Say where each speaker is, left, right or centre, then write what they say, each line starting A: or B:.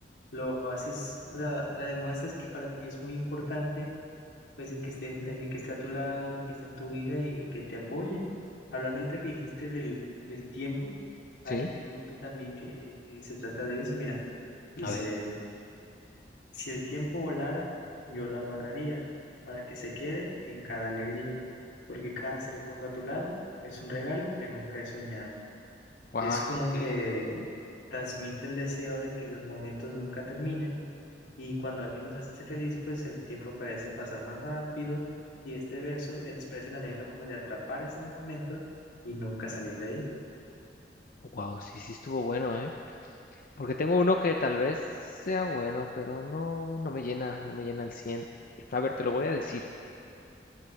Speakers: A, on the left; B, on the left.
A: lo haces, o sea, la demuestras que para ti es muy importante, pues el que esté, en- el que esté a tu lado, el que esté en tu vida y que te apoye. Hablando ahorita que dijiste del, del tiempo, aquí
B: Sí.
A: tengo otro también que, que se trata de eso, mira, dice...
B: A ver.
A: Si el tiempo volara, yo lo amarraría para que se quede en cada alegría, porque cada segundo a tu lado es un regalo que nunca he soñado.
B: Wow,
A: Es como
B: sí.
A: que transmite el deseo de que los momentos nunca terminen y cuando alguien nos hace feliz, pues el tiempo parece pasar más rápido y este verso expresa el anhelo como de atrapar ese momento y nunca salir de ahí.
B: Wow, sí, sí estuvo bueno, ¿eh? Porque tengo uno que tal vez sea bueno, pero no, no me llena, no me llena al 100. A ver, te lo voy a decir.